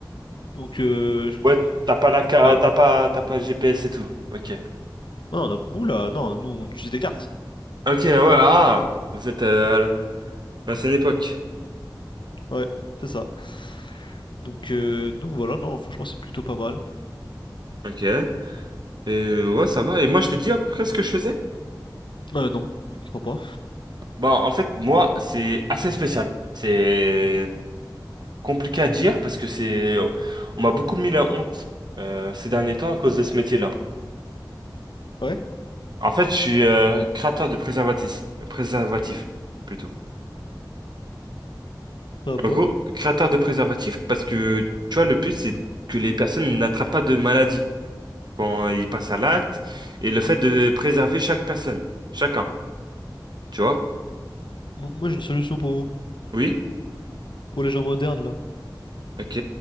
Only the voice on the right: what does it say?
Ouais, t'as pas
la carte,
t'as pas, t'as pas le GPS et tout. Ok.
Ok, ouais, ah! Vous êtes euh, à l'ancienne époque.
Ok. Et euh, ouais, ça va. Et moi, je t'ai dit à peu près ce que je faisais?
Bah, en fait, moi, c'est assez spécial. C'est compliqué à dire parce que c'est, on m'a beaucoup mis la honte euh, ces derniers temps à cause de ce métier-là.
En fait, je suis euh, créateur de préservatifs, préservatifs plutôt.
En gros, créateur de préservatifs parce que, tu vois, le but, c'est que les personnes n'attrapent pas de maladie quand ils passent à l'acte et le fait de préserver chaque personne, chacun, tu vois?
Oui?
Ok.